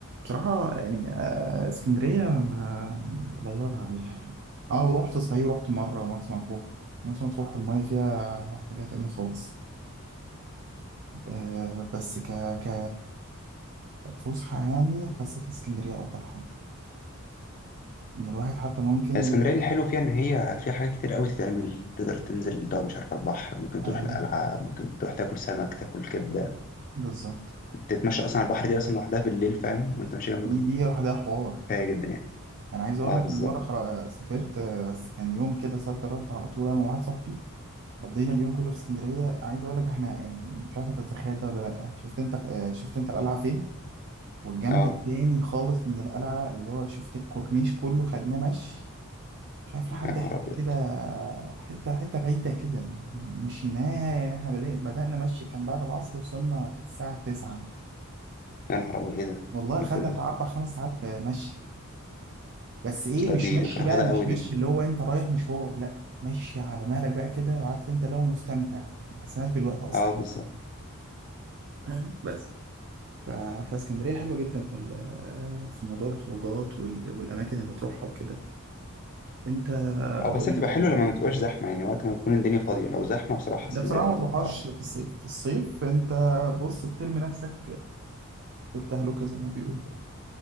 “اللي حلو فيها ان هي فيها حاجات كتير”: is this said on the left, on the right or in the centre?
Left